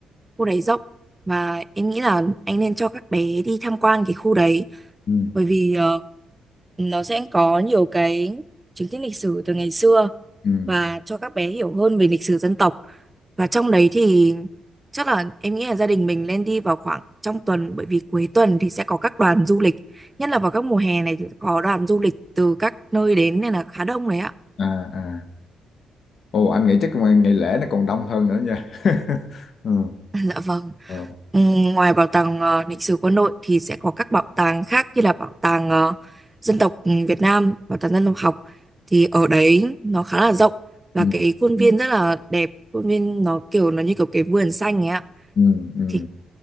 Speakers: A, on the right (about 15°); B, on the left (about 55°).
A: khu đấy rộng và em nghĩ là anh nên cho các bé đi tham quan cái khu đấy
B: ừ
A: bởi vì ờ, nó sẽ có nhiều cái chứng tích lịch sử từ ngày xưa
B: ừ
A: và cho các bé hiểu hơn về lịch sử dân tộc và trong đấy thì chắc là em nghĩ là gia đình mình nên đi vào khoảng trong tuần bởi vì cuối tuần thì sẽ có các đoàn du lịch nhất là vào các mùa hè này thì có đoàn du lịch từ các nơi đến nên là khá đông đấy ạ
B: à à ồ anh nghĩ chắc mà ngày lễ nó còn đông hơn nữa nha <laughs> ừ
A: <laughs> dạ vâng
B: ờ,
A: Ừ, ngoài bảo tàng ờ, lịch sử quân đội thì sẽ có các bảo tàng khác như là bảo tàng ờ, dân tộc ừ, Việt Nam, bảo tàng dân tộc học thì ở đấy nó khá là rộng và
B: ừ
A: cái khuôn Ừ. viên rất là đẹp, khuôn viên nó kiểu nó như kiểu cái vườn xanh ấy ạ.
B: ừ ừ
A: Thì